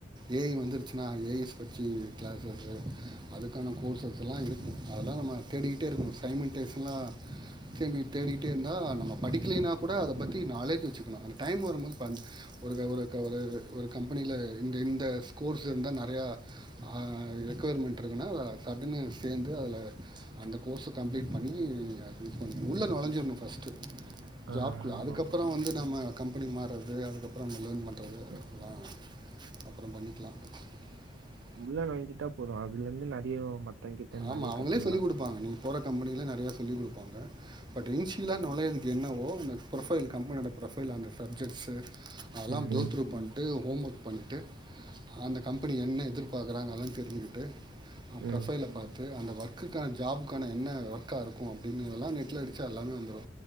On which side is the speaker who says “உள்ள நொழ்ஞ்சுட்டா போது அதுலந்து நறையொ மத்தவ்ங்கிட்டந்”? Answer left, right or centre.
Right